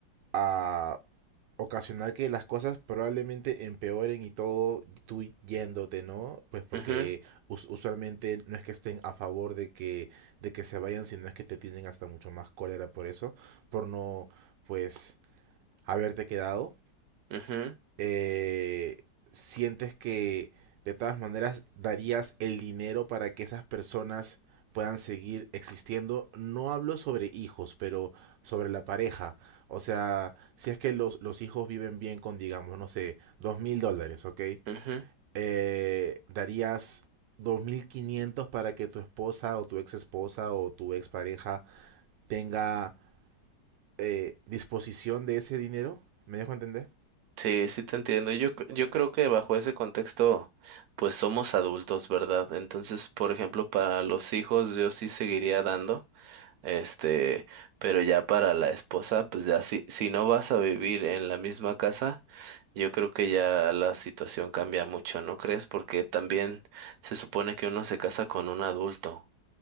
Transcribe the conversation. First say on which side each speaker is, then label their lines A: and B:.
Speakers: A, on the right; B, on the right.
A: a ocasionar que las cosas probablemente empeoren y todo tú yéndote, ¿no? Pues porque
B: Ujú,
A: us- usualmente no es que estén a favor de que de que se vayan, sino es que te tienen hasta mucho más cólera por eso, por no pues haberte quedado
B: ujú,
A: eh, sientes que de todas maneras darías el dinero para que esas personas puedan seguir existiendo. No hablo sobre hijos, pero sobre la pareja. O sea, si es que los, los hijos viven bien con, digamos, no sé, dos mil dólares, ¿ok?
B: ujú.
A: Eh, darías 2.500 para que tu esposa o tu ex esposa o tu ex pareja tenga eh, disposición de ese dinero. ¿Me dejo entender?
B: Sí, sí te entiendo. Yo, c- yo creo que bajo ese contexto, pues somos adultos, ¿verdad? Entonces, por ejemplo, para los hijos yo sí seguiría dando, este, pero ya para la esposa, pues ya si, si no vas a vivir en la misma casa, yo creo que ya la situación cambia mucho, ¿no crees? Porque también se supone que uno se casa con un adulto.